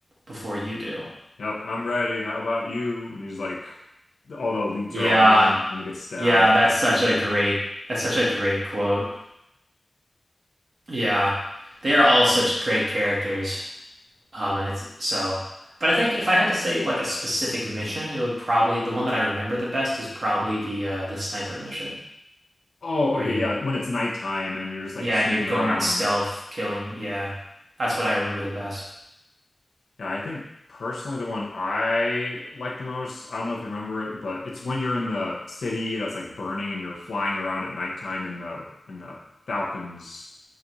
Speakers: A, on the right; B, on the left.
A: before you do.
B: yep. I'm ready. How about you? And he's like, all the elites
A: Yeah.
B: are on him, and he gets stabbed.
A: Yeah, that's such a great that's such a great quote. Yeah, they are all such great characters. Um, and it's so, but I think if I had to say like a specific mission, it would probably the one that I remember the best is probably the uh the sniper mission
B: Oh,
A: where
B: okay,
A: you
B: yeah. When it's nighttime and you're just like
A: yeah,
B: sneaking
A: and you're going
B: around.
A: around stealth killing. Yeah, that's what I remember the best.
B: Yeah, I think personally the one I like the most. I don't know if you remember it, but it's when you're in the city that's like burning and you're flying around at nighttime in the in the Falcons.